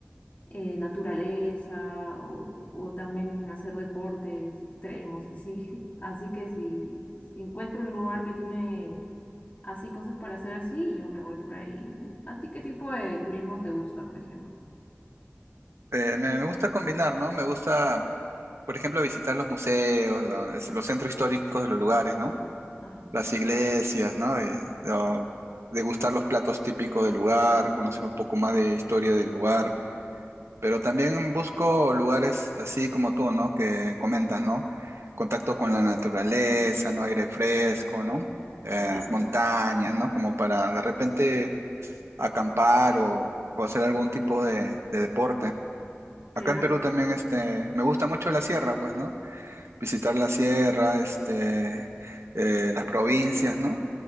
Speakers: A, on the left; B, on the right.
A: eh, naturaleza o, o también hacer deportes extremos, así. <laughs> Así que si, si encuentro un lugar que tiene así cosas para hacer así, yo me voy por ahí, ¿no? ¿A ti qué tipo de turismo te gusta, por ejemplo?
B: Eh, me, me gusta combinar, ¿no? Me gusta, por ejemplo, visitar los museos, los, los centros históricos de los lugares, ¿no?
A: Ajá.
B: Las iglesias, ¿no? Eh, lo- degustar los platos típicos del lugar, conocer un poco más de historia del lugar. Pero también busco lugares así como tú, ¿no? Que comentas, ¿no? Contacto con la naturaleza, ¿no? Aire fresco, ¿no? Eh,
A: Claro,
B: montañas, ¿no? Como para de repente acampar o, o hacer algún tipo de, de deporte.
A: claro,
B: Acá en Perú también, este, me gusta mucho la sierra, pues, ¿no? Visitar la sierra, este, eh, las provincias, ¿no?